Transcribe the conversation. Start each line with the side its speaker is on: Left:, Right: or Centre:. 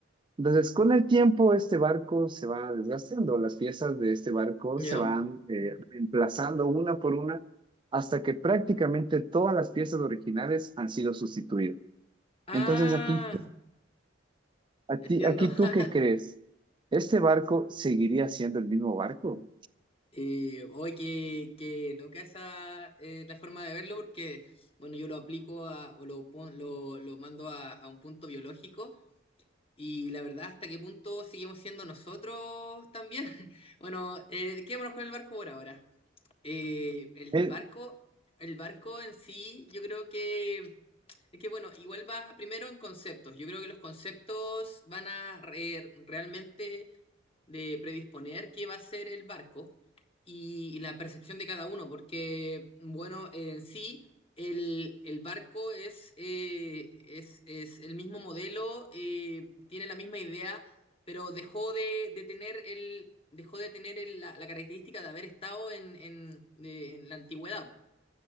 Right: Entonces, con el tiempo, este barco se va desgastando, las piezas de este barco
Left: ¿Ya?
Right: se van eh, reemplazando una por una hasta que prácticamente todas las piezas originales han sido sustituidas.
Left: Ah,
Right: Entonces, aquí tú, a
Left: entiendo.
Right: ti- aquí
Left: <laughs>
Right: tú ¿qué crees? ¿Este barco seguiría siendo el mismo barco?
Left: Eh, oye, qué, qué loca esa eh, la forma de verlo, porque, bueno, yo lo aplico a, o lo, pon- lo, lo mando a, a un punto biológico, y la verdad, ¿hasta qué punto seguimos siendo nosotros también? <laughs> Bueno, eh, quedémonos con el barco por ahora. Eh, el
Right: Eh,
Left: barco, el barco en sí, yo creo que es que bueno, igual va primero en conceptos. Yo creo que los conceptos van a re- realmente de predisponer qué va a ser el barco y, y la percepción de cada uno, porque, bueno, en sí, el, el barco es, eh, es, es el mismo modelo, eh, tiene la misma idea, pero dejó de, de tener el... dejó de tener el- la, la característica de haber estado en, en- de- en la antigüedad.